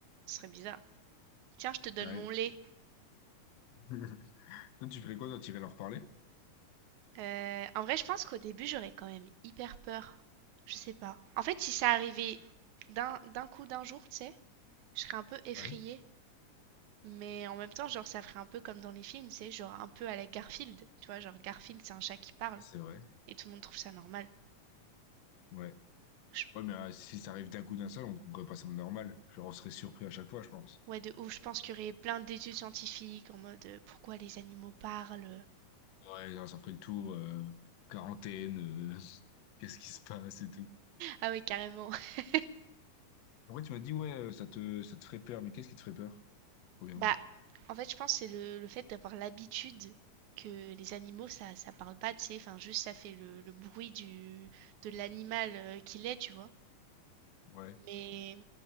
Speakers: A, on the right (about 75°); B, on the left (about 70°).
A: Ce serait bizarre. Tiens, je te donne
B: Ouais.
A: mon lait.
B: <laughs> Toi, tu ferais quoi, toi, t'irais leur parler?
A: Euh, en vrai, je pense qu'au début, j'aurais quand même hyper peur. Je sais pas. En fait, si ça arrivait d'un d'un coup, d'un jour, tu sais, je serais un peu effrayée.
B: Ouais.
A: Mais en même temps, genre, ça ferait un peu comme dans les films, tu sais, genre un peu à la Garfield. Tu vois, genre Garfield, c'est un chat qui parle
B: Ouais, c'est vrai.
A: et tout le monde trouve ça normal.
B: Ouais.
A: Je-
B: Ouais, mais euh, si ça arrive d'un coup d'un seul, on trouverait pas ça normal. Genre, on serait surpris à chaque fois, je pense.
A: Ouais, de ouf. Je pense qu'il y aurait plein d'études scientifiques en mode euh, pourquoi les animaux parlent.
B: Ouais, genre, ça ferait le tour, euh, quarantaine, euh, <laughs> qu'est-ce qui se passe et tout.
A: Ah ouais, carrément. <laughs>
B: Après, tu m'as dit, ouais, euh, ça te, ça te ferait peur, mais qu'est-ce qui te ferait peur, premièrement?
A: Bah, en fait, je pense que c'est le, le fait d'avoir l'habitude que les animaux, ça, ça parle pas, tu sais. Enfin, juste ça fait le, le bruit du, de l'animal euh, qu'il est, tu vois.
B: Ouais,
A: Mais,